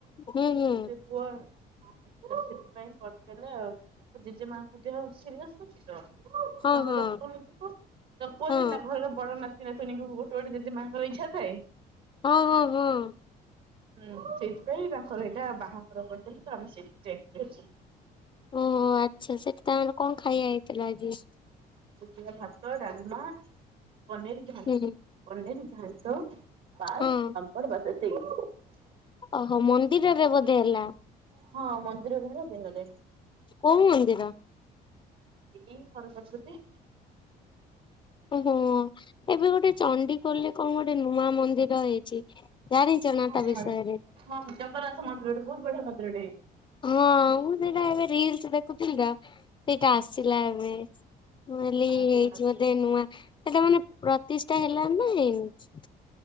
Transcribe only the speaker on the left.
ହୁଁ
ହୁଁ
ହଁ
ହଁ
ହଁ
ହଁ ହଁ ହଁ,
ଓହୋ ଆଚ୍ଛା ସେଠି ତାଙ୍କର କଣ ଖାଇବା ହେଇଥିଲା ଆଜି?
ହୁଁ
ହଁ
ଓହୋ ମନ୍ଦିରେରେ ବୋଧେ ହେଲା।
କୋଉ ମନ୍ଦିର?
ହୋ ଏବେ ଗୋଟେ ଚଣ୍ଡି ଖୋଲରେ କଣ ଗୋଟେ ନୂଆ ମନ୍ଦିର ହେଇଛି। ଜାଣିଚନାତା
ବିଷୟରେ।
ହଁ ମୁଁ ସେଟା ଏବେ ରୀଲ୍ସ ଦେଖୁଥିଲି ତ, ସେଇଟା ଆସିଲା ଏବେ ହେଲି
ହେଇଛି
ବୋଧେ ନୂଆ ସେଇଟା ମାନେ ପ୍ରତ୍ୟେକ ପ୍ରତିଷ୍ଠା ହେଲା ନା ହେଇନି